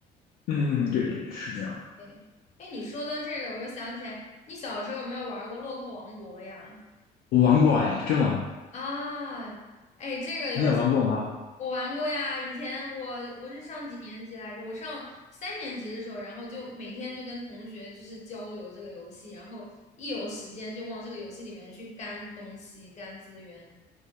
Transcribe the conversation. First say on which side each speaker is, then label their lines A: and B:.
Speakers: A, on the left (about 65°); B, on the left (about 45°).
A: 嗯，对对，是这样的。
B: 对，哎，你说的这个，我又想起来，你小时候有没有玩过《洛克王国》呀？
A: 我玩过哎，真玩过。
B: 啊，哎，这个游戏
A: 你也玩过吗？
B: 我玩过呀。以前我我是上几年级来着？我上三年级的时候，然后就每天就跟同学就是交流这个游戏，然后一有时间就往这个游戏里面去干东西、干资源。